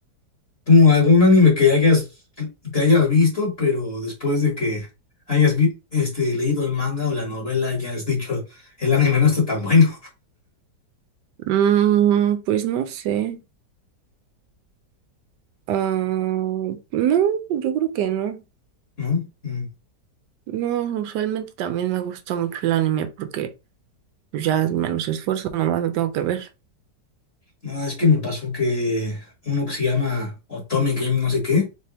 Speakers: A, on the left; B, on the right.
A: ¿Tú algún anime que hayas, que hayas visto, pero después de que hayas vi- este, leído el manga o la novela, hayas dicho, el anime no está tan bueno,
B: Mm, pues no sé. Ah, no, yo creo que no.
A: <laughs> ¿no? Mm.
B: No, usualmente también me gusta mucho el anime porque pues, ya es menos esfuerzo, nomás lo tengo que ver.
A: No, es que me pasó que uno que se llama Otome Game no sé qué,